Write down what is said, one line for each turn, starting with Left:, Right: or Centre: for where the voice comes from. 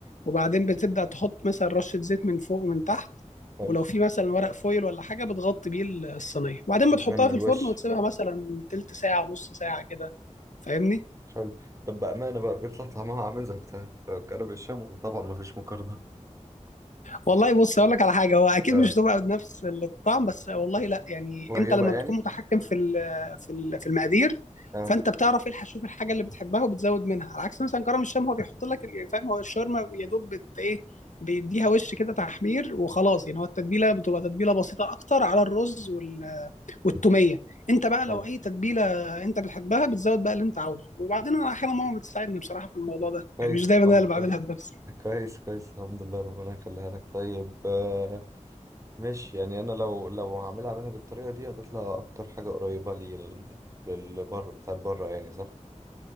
Left: وبعدين بتبدأ تحط مثلا رشة زيت من فوق ومن تحت
Right: حلو
Left: ولو في مثلا ورق فويل ولا حاجة بتغطي بيه الصينية وبعدين
Right: من
Left: بتحطها في
Right: الوش
Left: الفرن وتسيبها مثلا تلت ساعة نص ساعة كده فاهمني
Right: حلو طب بامانه بقى بيطلع طعمها عامل زي بتاع كرب الشام ولا طبعا ما فيش مقارنه
Left: والله بص اقول لك على حاجه هو اكيد
Right: اه
Left: مش هتبقى بنفس الطعم بس والله لا يعني
Right: قريبه
Left: انت لما
Right: يعني
Left: بتكون متحكم في ال- في ال- في المقادير
Right: اه
Left: فانت بتعرف ايه الحشوف الحاجه اللي بتحبها وبتزود منها على عكس مثلا كرم الشام هو بيحط لك ال- يعني فاهم هو الشاورما يا دوب بت ايه بيديها وش كده تحمير وخلاص يعني هو التتبيله بتبقى تتبيله بسيطه اكتر على الرز وال- والتوميه انت بقى لو
Right: حلو
Left: اي تتبيله انت بتحبها بتزود بقى اللي انت عاوزه وبعدين انا احيانا ماما بتساعدني بصراحه في الموضوع ده
Right: كويس
Left: يعني مش دايما
Right: الحمد
Left: انا اللي
Right: لله
Left: بعملها بنفسي
Right: كويس كويس الحمد لله ربنا يخليها لك طيب آه ماشي يعني انا لو لو هعملها منها بالطريقه دي هتطلع اكتر حاجه قريبه لي للبر بتاعت بره يعني صح